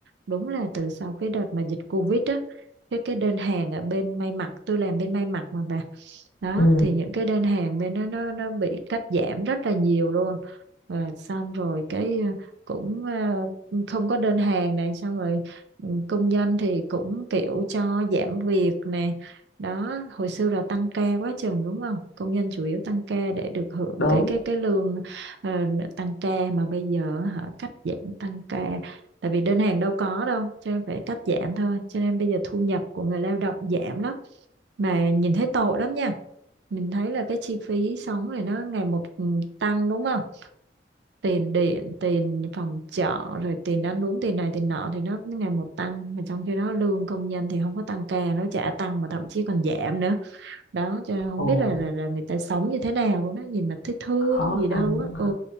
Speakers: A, on the right; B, on the left.
A: đúng là từ sau cái đợt mà dịch Covid á cái cái đơn hàng ở bên may mặc tôi làm bên may mặc mà bà đó
B: ừ
A: thì những cái đơn hàng bên nó nó nó bị cắt giảm rất là nhiều luôn và xong rồi cái ờ, cũng ờ, không có đơn hàng này xong rồi ừ, công nhân thì cũng kiểu cho giảm việc này đó hồi xưa là tăng ca quá chừng đúng không công nhân chủ yếu tăng ca để được hưởng
B: đúng
A: cái cái cái lương ờ, tăng ca mà bây giờ họ cắt giảm tăng ca tại vì đơn hàng đâu có đâu cho nên phải cắt giảm thôi cho nên bây giờ thu nhập của người lao động giảm lắm mà nhìn thấy tội lắm nha mình thấy là cái chi phí sống này nó ngày một ừ, tăng đúng không tiền điện tiền phòng trọ rồi tiền ăn uống tiền này tiền nọ thì nó ngày một tăng mà trong khi đó lương công nhân thì không có tăng ca nó chả tăng mà thậm chí còn giảm nữa đó cho nên không
B: ồ
A: biết là, là là người ta sống như thế nào luôn đó nhìn mà thấy thương
B: khó
A: gì đâu
B: khăn
A: á
B: ha.
A: ừ